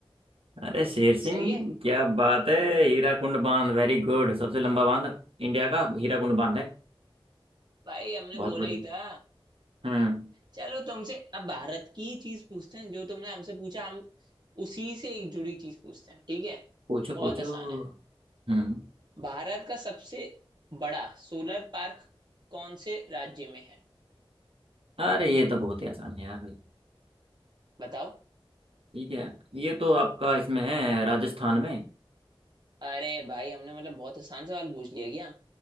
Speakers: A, on the right; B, on the right.
A: अरे शेर सिंह
B: सही है
A: क्या बात है हीराकुंड बांध वेरी गुड सबसे लंबा बांध इंडिया का हीराकुंड बांध है
B: भाई हमने
A: बहुत
B: बोला
A: बढ़िया
B: ही था
A: हम्म
B: चलो तुमसे अब भारत की चीज पूछते हैं जो तुमने हमसे पूछा हम उसी से एक जुड़ी चीज पूछते हैं ठीक है
A: पूछो
B: बहुत
A: पूछो
B: आसान है
A: हम्म
B: भारत का सबसे बड़ा सोलर पार्क कौन से राज्य में है
A: अरे ये तो बहुत ही आसान है यार भाई
B: बताओ
A: ठीक है ये तो आपका इसमें है राजस्थान में
B: अरे भाई हमने मतलब बहुत आसान सवाल पूछ लिया क्या